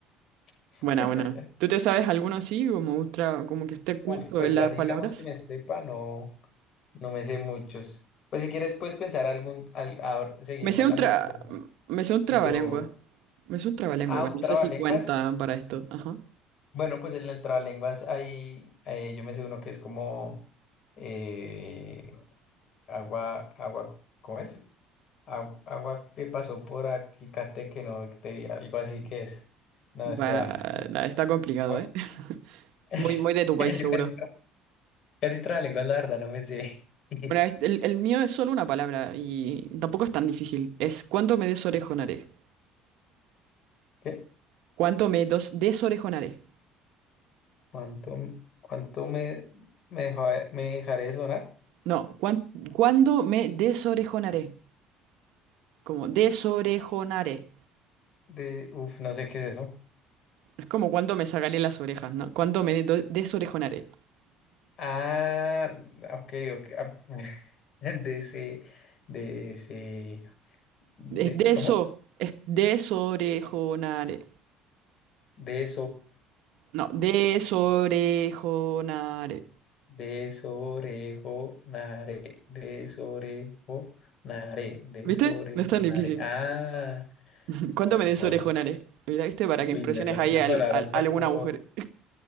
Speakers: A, on the left; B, on the right.
A: <laughs>
B: Buena, buena. ¿Tú te sabes alguno así, como ultra, como que esté oculto
A: Uf, pues
B: en las
A: de así
B: palabras?
A: digamos que me sepa, no, no me sé muchos. Pues si quieres, puedes pensar algún, al, ahora seguir
B: Me
A: con
B: sé un
A: la metodología.
B: tra, me sé un trabalengua.
A: Y yo,
B: Es un trabalengua
A: ah,
B: igual,
A: un
B: no
A: trabalenguas.
B: sé si cuenta para esto. Ajá.
A: Bueno, pues en el trabalenguas hay, eh, yo me sé uno que es como, eh, agua, agua, ¿cómo es? Agua, agua que pasó por aquí, Cate, que no, que te- algo así que es. No,
B: Va,
A: espera. <laughs>
B: la- está complicado,
A: Agua.
B: ¿eh? <laughs>
A: <laughs>
B: Muy, muy de tu país, seguro.
A: Yo casi, tra casi trabalengua, la verdad, no me sé. <laughs>
B: Bueno, es- el, el mío es solo una palabra y tampoco es tan difícil. Es ¿cuánto me desorejonaré?
A: ¿Qué?
B: ¿Cuánto me dos desorejonaré?
A: ¿Cuánto, m- cuánto me, me, deja- me dejaré de sonar?
B: No, cuán- ¿cuándo me desorejonaré? Como desorejonaré.
A: De, uf, no sé qué es eso.
B: Es como cuando me sacaré las orejas, ¿no? ¿Cuánto me do- desorejonaré?
A: Ah, ok, ok. ah, <laughs> De ese, de ese, de,
B: Es deso,
A: ¿cómo?
B: es desorejonaré.
A: De
B: No, desorejonaré.
A: Desorejonaré, desorejonaré, desorejonaré.
B: ¿Viste? No es tan difícil.
A: Ah,
B: <laughs> ¿Cuánto
A: oh,
B: me des
A: pues,
B: orejonares? Mira, ¿viste? Para que
A: uy,
B: impresiones
A: no, esa,
B: ahí
A: esa
B: al-
A: palabra
B: al-
A: está
B: a alguna
A: como...
B: mujer.